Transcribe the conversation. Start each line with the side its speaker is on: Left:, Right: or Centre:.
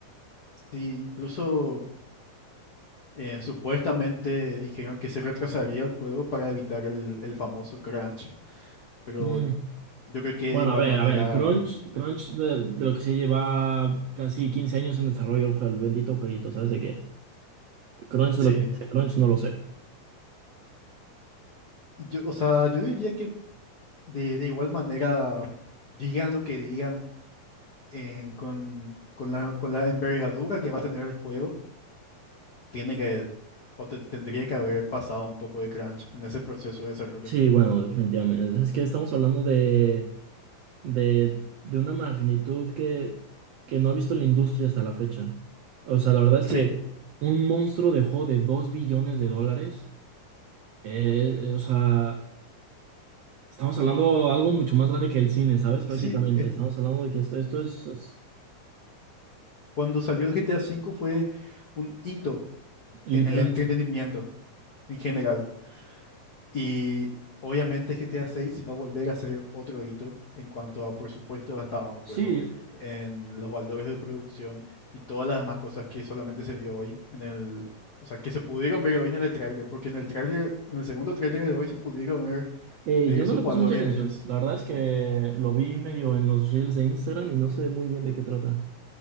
Left: Sí, incluso eh, supuestamente dijeron que se retrasaría el juego para evitar el, el famoso crunch, pero
Right: Mm,
Left: yo creo que
Right: Bueno,
Left: de igual
Right: a ver,
Left: manera,
Right: a ver, Crunch, Crunch de, de lo que se lleva casi 15 años en desarrollo el juego, el bendito jueguito, ¿sabes de qué? Crunch
Left: sí.
Right: de lo que dice Crunch no lo sé.
Left: Y Yo, o sea, yo diría que de, de igual manera, digan lo que digan eh, con, con la, con la envergadura que va a tener el juego, tiene que, o te- tendría que haber pasado un poco de crunch en ese proceso de desarrollo.
Right: Sí, bueno, definitivamente. Es que estamos hablando de de, de una magnitud que, que no ha visto la industria hasta la fecha. O sea, la verdad es
Left: Sí,
Right: que un monstruo dejó de 2 billones de dólares. eh, o sea, estamos hablando de algo mucho más grande que el cine, ¿sabes? Prácticamente.
Left: sí, eh,
Right: Estamos hablando de que esto, esto es, es
Left: cuando salió el GTA V fue un hito
Right: literal.
Left: en el entretenimiento. en general. Y obviamente GTA 6 va a volver a ser otro hito en cuanto a presupuesto gastado en el
Right: Sí,
Left: juego, en los valores de producción y todas las demás cosas que solamente se vio hoy en el, o sea, que se pudieron ver hoy en el tráiler, porque en el tráiler, en el segundo tráiler de hoy se pudieron ver,
Right: eh,
Left: ver
Right: yo
Left: esos
Right: no le
Left: valores.
Right: puse mucha atención. La verdad es que lo vi medio en los reels de Instagram y no sé muy bien de qué trata.